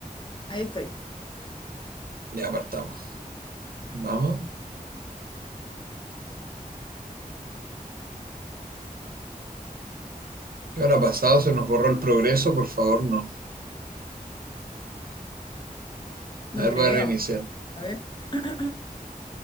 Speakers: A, on the left (about 35°); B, on the right (about 85°).
A: ahí estoy.
B: Ya apartamos, Vamos. ¿Qué habrá pasado? Se nos borró el progreso, por favor, no.
A: No
B: A ver,
A: creo.
B: voy a reiniciar.
A: A ver. <clears throat> A